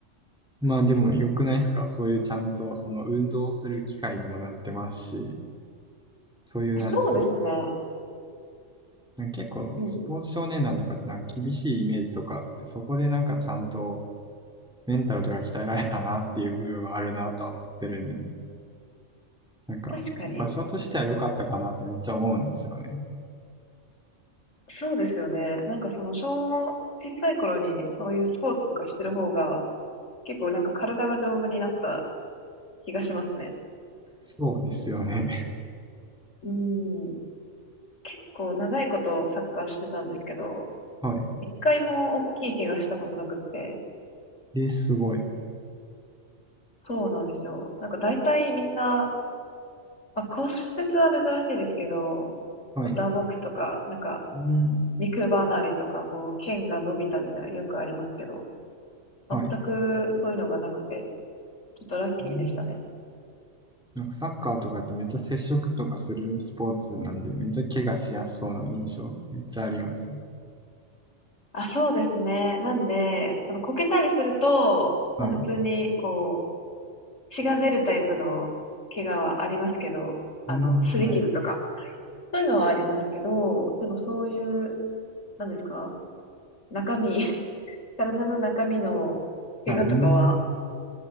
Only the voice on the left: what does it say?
そうですね。
うん。
確かに。そうですよね。なんかその小、小さい頃にそういうスポーツとかしてる方が、結構なんか体が丈夫になった気がしますね。
うん。結構長いことサッカーしてたんですけど、
一回も大きい怪我したことなくって、
そうなんですよ。なんか大体みんな、まあ、骨折は珍しいですけど、
こう打撲とか、なんか
肉離れとか、こう、剣が伸びたみたいなのよくありますけど、全くそういうのがなくて、
ちょっとラッキーでしたね。
あ、そうですね。なんで、そのこけたりすると、
まあ普通に、
こう、血が出るタイプの怪我はありますけど、あの、
擦り傷とか、
そういうのはありますけど、でもそういう、なんですか中身、<laughs> 体の中身の怪我とかは